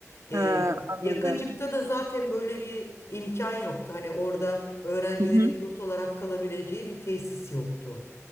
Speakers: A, on the left; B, on the right.
A: Eee
B: Ha, anladım.
A: Yakacık'ta da zaten böyle bir imkan yoktu. Hani orada öğrencilerin
B: Hı hı.
A: yurt olarak kalabileceği bir tesis yoktu.